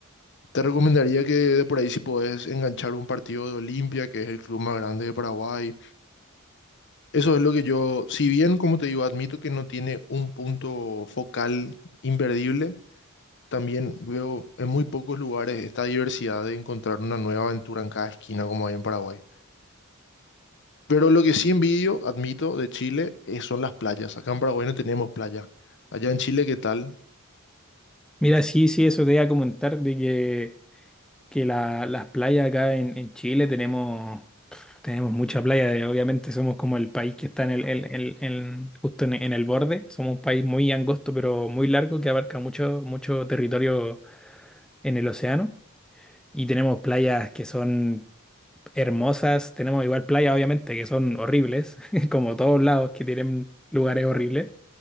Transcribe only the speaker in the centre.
Mira, sí, sí, eso te iba a comentar de que, que la- las playas acá en, en Chile tenemos, tenemos mucha playa. de- Obviamente somos como el país que está en el, el- el- en- justo en, en el borde. Somos un país muy angosto pero muy largo que abarca mucho, mucho territorio en el océano. Y tenemos playas que son hermosas, tenemos igual playas, obviamente, que son horribles, <laughs> como todos lados que tienen lugares horribles,